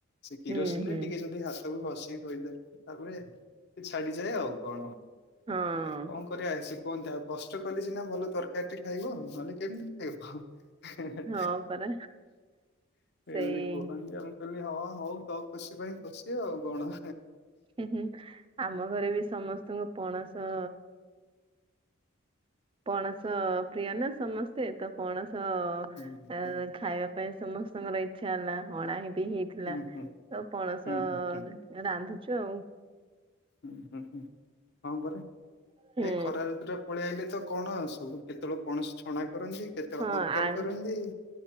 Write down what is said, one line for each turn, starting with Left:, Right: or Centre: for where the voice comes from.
Left: ସେ କିରୋସିନ
Right: ହୁଁ ହୁଁ
Left: ରେ ଟିକେ ଯଦି ହାତକୁ ଖସ- ତାପରେ ସେ ଛାଡିଯାଏ ଆଉ। କଣ
Right: ହଁ।
Left: ଆ ଏଇ କଣ କରିବା। କୁହନ୍ତି ଆଉ କଷ୍ଟ କଲି ସିନା ଭଲ ତରକାରୀ ଟେ ଖାଇବ ଆଉ ନହେଲେ- କେମିତି ଖାଇିବ ହେଁ ହେଁ
Right: ହଁ ପରା ସେଇ
Left: ଏମିତି କୁହନ୍ତି ଆଉ। କହିଲ ହଁ ହଉ ତୋ ଖୁସି ପାଇଁ ଖୁସି ଆଉ କଣ।
Right: ହୁଁ ହୁଁ ଆମ ଘରେ ବି ସମସ୍ତଙ୍କୁ ପଣସ- ପଣସ ପ୍ରିୟ ନା ସମସ୍ତେ ତ ପଣସ-
Left: ହୁଁ
Right: ତ
Left: ହୁଁ
Right: ଅଁ ଖାଇବା ପାଇଁ ସମସ୍ତଙ୍କର ଇଚ୍ଛା ନା ଅଣା ହେଇ- ବି ହେଇଥିଲା
Left: ହୁଁ ହୁଁ
Right: ତ ପଣସ
Left: ହୁଁ ହୁଁ।
Right: ରାନ୍ଧୁଛୁ ଆଉ।
Left: ହୁଁ ହଁ ପରା
Right: ହୁଁ
Left: ଏଇ ଖରା ଋତୁ ଟା ପଳେଇ ଆଇଲେ। ତ କଣ ସବୁ କେତେବେଳକୁ? କୌଣସି ଛଣା କରନ୍ତି କେତେବେଳେ
Right: ହଁ
Left: ତରକାରୀ
Right: ଆ
Left: କରନ୍ତି